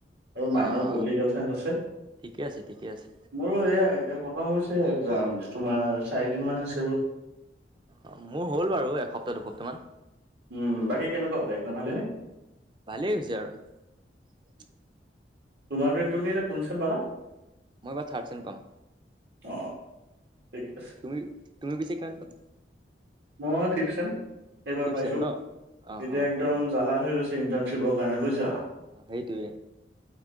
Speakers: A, on the right; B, on the right.
A: আৰু মাইনৰ
B: অ'
A: পলিটিকেল চাইন্স আছে।
B: ঠিকে আছে ঠিকে আছে।
A: মোৰো সেয়াই এতিয়া খতম হৈছেহে এক্জাম। তোমাৰ চাৰিদিন মান হৈছে
B: অ মোৰ হ'ল বাৰু এসপ্তাহ দুসপ্তাহ মান।
A: উম, বাকী কেনেকুৱা হ'ল এক্জাম ভালেনে?
B: ভালেই হৈছে আৰু
A: তোমাৰটো তুমি এতিয়া কোন চেম পালা?
B: মই এবাৰ থাৰ্ড চেম পাম।
A: অ', ঠিক
B: অ
A: আছে।
B: তুমি তুমি পিছে কিমান পালা?
A: মই ফিফ চেম, এইবাৰ
B: ফিফ
A: পাইছো
B: চেম ন? অ',
A: এতিয়া
B: অ',
A: একদম
B: অ', অ',
A: জ্বালা হৈ গৈছে ইন্টাৰ্ণ শ্বিপৰ কাৰণে বুজিছা?
B: অ সেইটোয়ে।